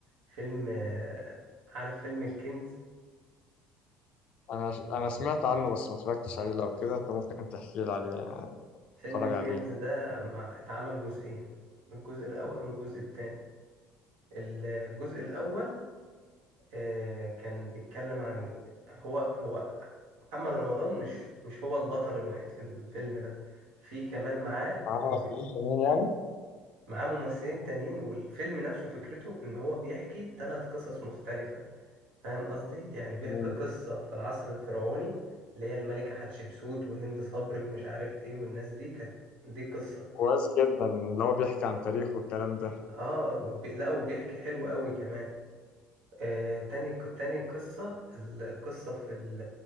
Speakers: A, on the right; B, on the left.
A: فيلم آه، عارف فيلم الكنز
B: أنا أنا سمعت عنه بس ما اتفرجتش عليه لو كده أنت ممكن تحكي لي عليه يعني
A: فيلم
B: اتفرج
A: الكنز
B: عليه
A: ده مع اتعمل جزئين الجزء الاول والجزء الثاني الجزء الاول آه، كان بيتكلم عن هو هو محمد رمضان مش مش هو البطل الوحيد في الفيلم ده في كمان معاه
B: عامل
A: هو
B: ممثلين
A: بي-
B: تانيين يعني
A: معاه ممثلين تانيين والفيلم نفسه فكرته ان هو بيحكي ثلاث قصص مختلفة فاهم قصدي يعني بيحكي
B: مم.
A: قصة في العصر الفرعوني اللي هي الملكة حتشبسوت وهند صبري ومش عارف ايه والناس دي كانت دي قصة
B: كويس جدا اللي هو بيحكي عن تاريخه والكلام ده
A: اه وبي... لا وبيحكي حلو قوي كمان آه تاني ق- تاني قصة القصة في ال...